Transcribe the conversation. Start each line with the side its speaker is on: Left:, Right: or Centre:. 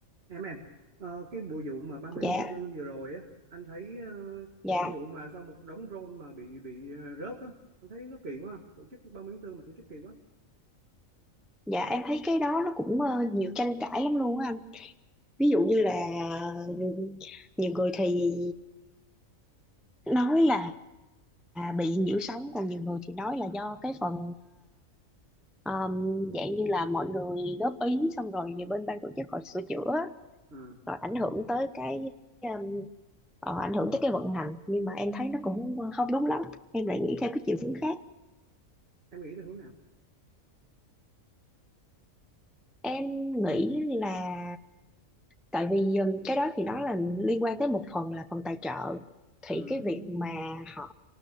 Right: em em ờ, cái bộ vụ mà ba mươi
Centre: Dạ,
Right: tháng tư vừa rồi á anh thấy ờ,
Centre: dạ,
Right: cái vụ mà sau một đống drone mà bị bị ờ, rớt á anh thấy nó kỳ quá tổ chức 30 tháng tư mà tổ chức kỳ quá
Centre: dạ em thấy cái đó nó cũng ờ, nhiều tranh cãi lắm luôn á anh. Ví dụ như là ờ, nhiều người thì nói là à, bị nhiễu sóng, còn nhiều người thì nói là do cái phần ờ, um, dạng như là mọi người góp ý xong rồi về bên ban tổ chức họ sửa chữa
Right: ừ.
Centre: rồi ảnh hưởng tới cái um, ờ, ảnh hưởng tới cái vận hành. Nhưng mà em thấy nó cũng không đúng lắm. Em lại nghĩ theo cái chiều hướng khác.
Right: em nghĩ theo hướng nào
Centre: Em nghĩ là tại vì um, cái đó thì đó là liên quan tới một phần là phần tài trợ thì
Right: ừ.
Centre: cái việc mà họ